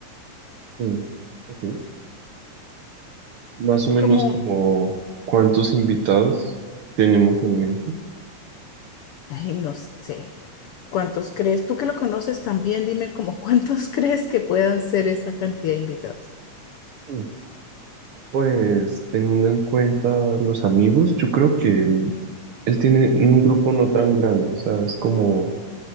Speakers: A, on the right (about 65°); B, on the left (about 85°).
A: sí, ok. Más o menos
B: Como,
A: como cuántos invitados tenemos en mente.
B: ay, no sé, ¿cuántos crees? Tú que lo conoces también, dime como cuántos <laughs> crees que puedan ser esa cantidad de invitados.
A: Mm. Pues teniendo en cuenta los amigos, yo creo que él, él tiene un grupo no tan grande, o sea, es como